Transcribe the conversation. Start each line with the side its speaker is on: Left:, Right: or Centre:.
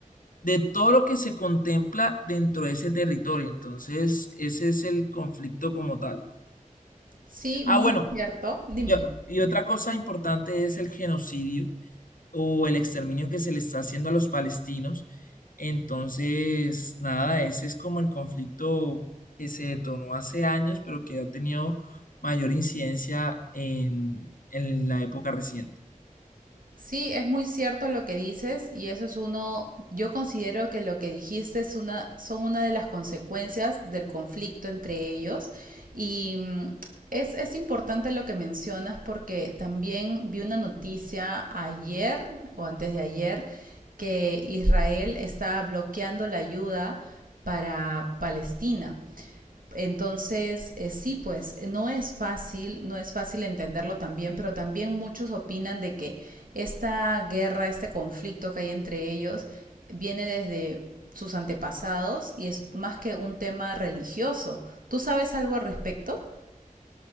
Left: de todo lo que se contempla dentro de ese territorio. Entonces, ese es el conflicto como tal.
Right: Sí, muy
Left: Ah, bueno,
Right: cierto. Dime,
Left: yo-
Right: dime.
Left: y otra cosa importante es el genocidio o el exterminio que se le está haciendo a los palestinos. Entonces, nada, ese es como el conflicto que se detonó hace años, pero que ha tenido mayor incidencia en, en la época reciente.
Right: Sí, es muy cierto lo que dices y eso es uno, yo considero que lo que dijiste es una, son una de las consecuencias del conflicto entre ellos y mm, es, es importante lo que mencionas porque también vi una noticia ayer o antes de ayer que Israel está bloqueando la ayuda para Palestina. Entonces, eh, sí, pues eh, no es fácil, no es fácil entenderlo también, pero también muchos opinan de que esta guerra, este conflicto que hay entre ellos, viene desde sus antepasados y es más que un tema religioso. ¿Tú sabes algo al respecto?